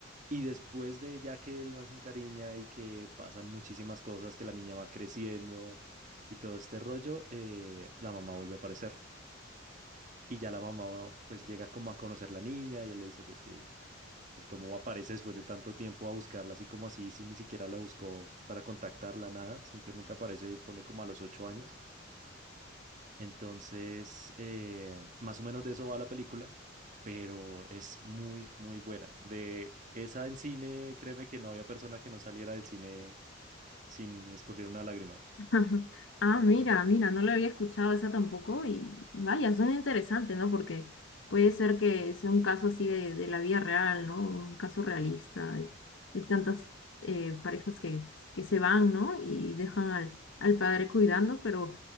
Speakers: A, on the right; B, on the left.
A: y después de ya que el man se encariña y que pasan muchísimas cosas, que la niña va creciendo y todo este rollo, eh, la mamá vuelve a aparecer. Y ya la mamá pues llega como a conocer la niña y él le dice pues que pues cómo aparece después de tanto tiempo a buscarla así como así, si ni siquiera la buscó para contactarla, nada, simplemente aparece, pone como a los ocho años. Entonces, eh, más o menos de eso va la película, pero es muy, muy buena. De esa en cine, créeme que no había persona que no saliera del cine sin escurrir una lágrima.
B: <laughs> Ah, mira,
A: Muy buena.
B: mira, no la había escuchado esa tampoco y vaya, suena interesante, ¿no? Porque puede ser que sea un caso así de, de la vida real, ¿no? Un caso realista de, de tantas eh, parejas que, que se van, ¿no? Y dejan al, al padre cuidando, pero